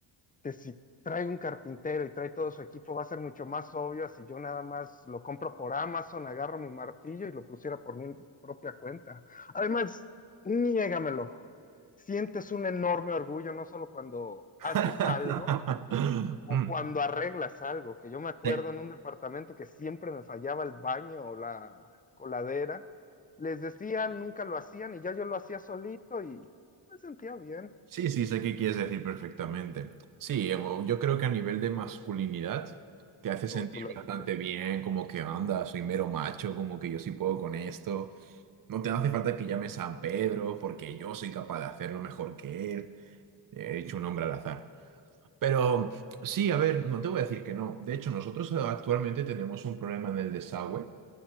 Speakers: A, on the left (about 20°); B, on the right (about 40°).
A: que si trae un carpintero y trae todo su equipo, va a ser mucho más obvio a si yo nada más lo compro por Amazon, agarro mi martillo y lo pusiera por mi propia cuenta. Además, niégamelo, sientes un enorme orgullo, no solo cuando
B: <laughs>
A: haces algo, o
B: Mm,
A: cuando arreglas algo, que yo me acuerdo
B: Sí,
A: en un departamento que siempre me fallaba el baño o la coladera, les decían, nunca lo hacían y ya yo lo hacía solito y me sentía bien,
B: sí, sí, sé qué quieres decir perfectamente. Sí, eh, bueno, yo creo que a nivel de masculinidad te hace sentir
A: como tú lo has
B: bastante
A: dicho.
B: bien, como que anda, soy mero macho, como que yo sí puedo con esto. No te hace falta que llames San Pedro, porque yo soy capaz de hacerlo mejor que él. He hecho un hombre al azar. Pero sí, a ver, no te voy a decir que no. De hecho, nosotros eh, actualmente tenemos un problema en el desagüe.